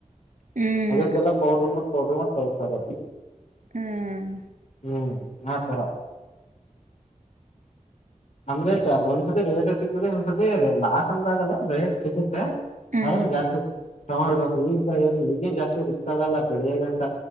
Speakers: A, on the right; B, on the left.
A: ಹ್ಮ್
B: ಅದ ಎಲ್ಲ ಪೌಡ್ <unintelligible> ಟಕೊಂಡೇಳ್ತಾರೆ ಅದ
A: ಹ್ಮ್
B: ಹ್ಮ್ ಆತರ ಅಮ್ರಚಾ ಒಂದ್ಸತಿ ರೇಟ ಸಿಗ್ಬುದ ಒಂದ್ ಸದ ರೀ ಲಾಸ್ ಅಂದಾಗಲ್ಲ ರೇಟ್ ಸಿಗುತ್ತೆ
A: ಹ್ಮ್
B: ಹೌರ <unintelligible> ಜಾಸ್ತಿ <unintelligible> ತಗೊಂಡ್ಡ ಈಗ ಬಏ ಈಗೇನ್ <unintelligible> ಜಾಸ್ತಿ ರಿಸ್ತ ಆಗಲ್ಲ ಬೆಳಿಗೆ ಗಂಟ